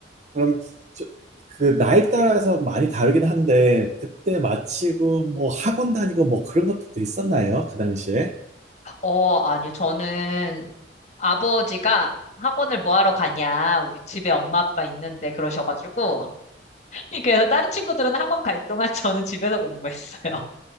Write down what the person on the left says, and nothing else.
어, 아니요. 저는 아버지가 학원을 뭐 하러 가냐. 우리 집에 엄마 아빠 있는데 그러셔가지고. <laughs> 그래서 다른 친구들은 학원 갈 동안 <laughs> 저는 집에서 공부했어요.